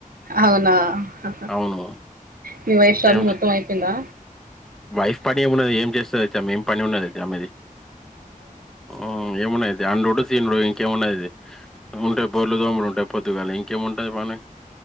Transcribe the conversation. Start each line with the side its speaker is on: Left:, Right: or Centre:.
Right: అవునా ఆహా
Centre: అవును
Right: మీ వైఫ్ షాపింగ్
Centre: ఏం
Right: మొత్తం అయిపోయిందా
Centre: వైఫ్ పని ఏమున్నది ఏం చేస్తారు అతే మేం పని ఉన్నదైతే అమెది ఆ ఏమన్నాది అయితే తనుడు ఇంకేమన్నాది ఉంటా బోర్లు దోమలు ఉంటాయి పొద్దుగా ఇం ఇంకేంమంటాయి పనే